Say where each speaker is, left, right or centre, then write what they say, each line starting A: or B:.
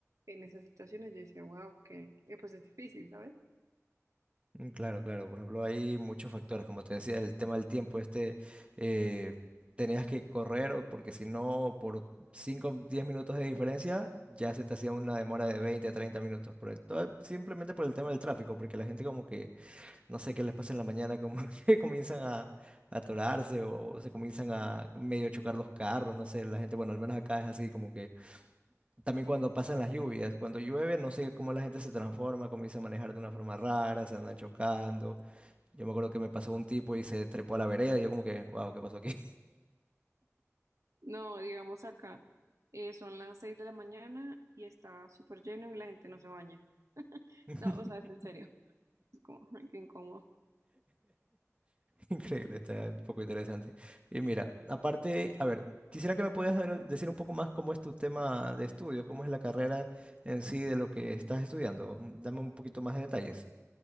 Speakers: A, on the right (about 80°); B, on the right (about 25°).
A: en esas situaciones, yo decía, wow, que que, pues es difícil, ¿sabes?
B: Mm, Claro, claro. Por ejemplo, hay muchos factores, como te decía, el tema del tiempo. Este, eh, tenías que correr o porque si no, por 5, o 10 minutos de diferencia, ya se te hacía una demora de 20, a 30 minutos. Por el, todo- simplemente por el tema del tráfico, porque la gente como que, no sé qué les pasa en la mañana, como <laughs> que comienzan a, a atorarse o se comienzan a medio chocar los carros, no sé, la gente, bueno, al menos acá es así, como que también cuando pasan las lluvias, cuando llueve, no sé cómo la gente se transforma, comienza a manejar de una forma rara, se andan chocando. Yo me acuerdo que me pasó un tipo y se trepó a la vereda y yo como que, wow, ¿qué pasó aquí?
A: No, digamos acá, eh, son las 6 de la mañana y está súper lleno y la gente no se baña.
B: <laughs>
A: No, o sea, es en serio, es como <laughs> ay, qué incómodo.
B: Increíble, está un poco interesante. Y mira, aparte, a ver, quisiera que me puedas dar- decir un poco más cómo es tu tema de estudios, cómo es la carrera en sí de lo que estás estudiando. Mm, Dame un poquito más de detalles.